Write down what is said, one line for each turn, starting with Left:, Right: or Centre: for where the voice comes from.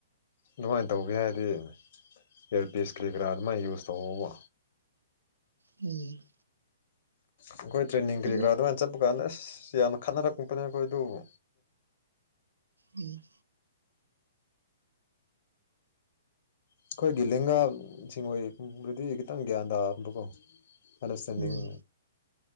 Left: ꯑꯗꯨꯃꯥꯏꯅ ꯇꯧꯒꯦ ꯍꯥꯏꯗꯤ ꯏꯌꯥꯔꯄꯤꯤꯁ ꯀꯔꯤ ꯀꯔꯥ ꯑꯗꯨꯃꯥꯏꯅ ꯌꯨꯁ ꯇꯧꯍꯧꯕ
Right: ꯎꯝ
Left: ꯑꯩꯈꯣꯏ ꯇ꯭ꯔꯦꯟꯅꯤꯡ
Right: ꯍꯧꯖꯤꯛ
Left: ꯀꯔꯤ ꯀꯔꯥ ꯑꯗꯨꯃꯥꯏꯅ ꯆꯠꯄ ꯀꯥꯟꯗ ꯑꯁ ꯌꯥꯝꯅ ꯈꯠꯅꯔꯛꯄꯅꯦ ꯑꯩꯈꯣꯏ ꯑꯗꯨꯕꯨ
Right: ꯎꯝ
Left: ꯑꯩꯈꯣꯏꯒꯤ ꯂꯦꯡꯒꯥ ꯁꯤꯡ ꯑꯣꯏꯣꯏꯗꯨꯗꯤ ꯈꯤꯇꯪ ꯒ꯭ꯌꯥꯟ ꯇꯥꯝꯕꯀꯣ ꯑꯟꯗꯔꯁꯇꯦꯟꯗꯤꯡ
Right: ꯎꯝ